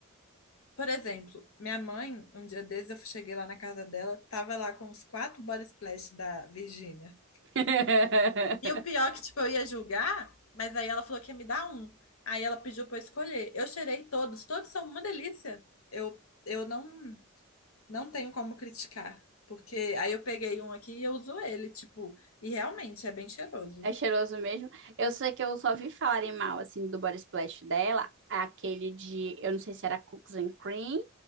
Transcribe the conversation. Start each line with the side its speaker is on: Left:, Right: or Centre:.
Left: Por exemplo, minha mãe, um dia desses eu cheguei lá na casa dela, tava lá com os quatro body splash da Virgínia.
Right: <laughs>
Left: E o pior é que, tipo, eu ia julgar, mas aí ela falou que ia me dar um. Aí ela pediu pra eu escolher. Eu cheirei todos, todos são uma delícia. Eu, eu não. Não tenho como criticar, porque aí eu peguei um aqui e eu uso ele, tipo, e realmente é bem cheiroso.
Right: É cheiroso mesmo. Eu sei que eu só vi falarem mal, assim, do body splash dela, aquele de, eu não sei se era cookies and cream,